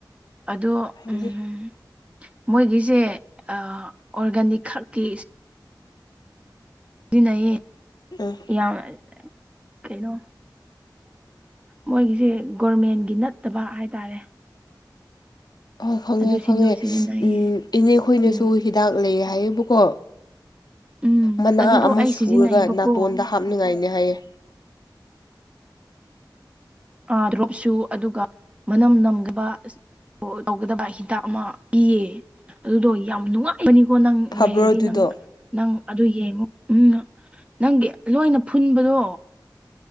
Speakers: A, on the right (about 15°); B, on the left (about 60°).
A: ꯑꯗꯣ
B: ꯖꯤ
A: ꯎꯝ ꯃꯣꯏꯒꯤꯁꯦ ꯑꯣꯔꯒꯥꯅꯤꯛ ꯈꯛꯀꯤ ꯅꯩꯌꯦ
B: ꯑꯥ
A: ꯌꯥꯝ ꯀꯩꯅꯣ ꯃꯣꯏꯒꯤꯁꯦ ꯒꯣꯔꯃꯦꯟꯒꯤ ꯅꯠꯇꯕ ꯍꯥꯏꯇꯥꯔꯦ
B: ꯑ ꯈꯪꯉꯦ
A: ꯑꯗꯨꯁꯤꯡꯗꯣ
B: ꯈꯪꯉꯦ
A: ꯁꯤꯖꯤꯟꯅꯩꯌꯦ
B: ꯎ ꯏꯅꯦ ꯈꯣꯏꯅꯁꯨ
A: ꯎꯝ
B: ꯍꯤꯗꯥꯛ ꯂꯩ ꯍꯥꯏꯌꯦꯕꯀꯣ
A: ꯎꯝ
B: ꯃꯅꯥ
A: ꯑꯗꯨꯗꯣ
B: ꯑꯃ
A: ꯑꯩ
B: ꯁꯨꯔꯒ
A: ꯁꯤꯖꯤꯟꯅꯩꯕꯀꯣ
B: ꯅꯥꯇꯣꯟꯗ ꯍꯥꯞꯅꯤꯉꯥꯏꯅꯦ ꯍꯥꯏꯌꯦꯦ
A: ꯑꯥ ꯗ꯭ꯔꯣꯞꯁꯨ ꯑꯗꯨꯒ ꯃꯅꯝ ꯅꯝꯒꯕ ꯇꯧꯒꯗꯕ ꯍꯤꯗꯥꯛ ꯑꯃ ꯄꯤꯌꯦ ꯑꯗꯨꯗꯣ ꯌꯥꯝ ꯅꯨꯡꯉꯥꯏꯕꯅꯤꯀꯣ ꯅꯪ
B: ꯐꯕ꯭ꯔꯣ
A: ꯂꯩꯔꯗꯤ
B: ꯑꯗꯨꯗꯣ
A: ꯅꯪ ꯅꯪ ꯑꯗꯨ ꯌꯦꯡꯉꯨ ꯎꯝ ꯅꯪꯒꯤ ꯂꯣꯏꯅ ꯐꯨꯟꯕꯗꯣ